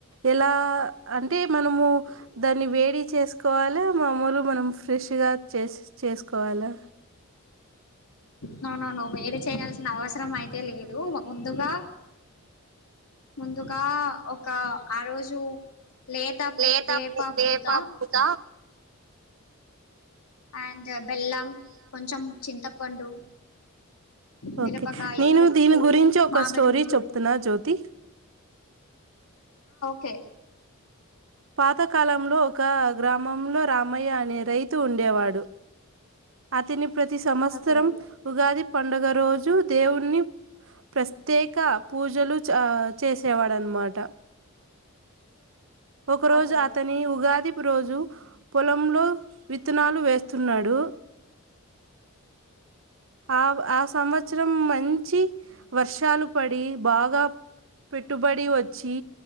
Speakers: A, on the right (about 60°); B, on the left (about 80°).
A: ఎలా అంటే మనము దాన్ని వేడి చేసుకోవాలా మామూలు మనం ఫ్రెష్గా చే చేసుకోవాలా
B: నో నో వేడి చేయాల్సిన అవసరం అయితే లేదు ముందుగా ముందుగా ఒక ఆ రోజు లేతా
A: లేత
B: వేప పూత
A: పూత
B: అండ్ బెల్లం కొంచెం చింతపండు మిరపకాయి
A: ఓకే నేను
B: ఉప్పు
A: దీని గురించి ఒక
B: మామిడి
A: స్టోరీ
B: ముక్కలు
A: చెప్తున్నా. జ్యోతి
B: కే
A: పాతకాలంలో ఒక గ్రామంలో రామయ్య అనే రైతు ఉండేవాడ్. డు అతని ప్ ప్రతి సంవత్సరం
B: ఓకే
A: ఉగాదిప్ పండుగ రోజు దేవుణ్ణి ప్రస్తేక పూజలు చ చేసేవాడనమాట. ఒక రోజు
B: ఓకే
A: అతని ఉగాది రోజు పొలంలో విత్తనాలు వేస్తున్నాడు. ఆవ్ ఆ సం వత్సరం మంచి వర్షాలు పడి బాగా పెట్టుబడి వచ్చి.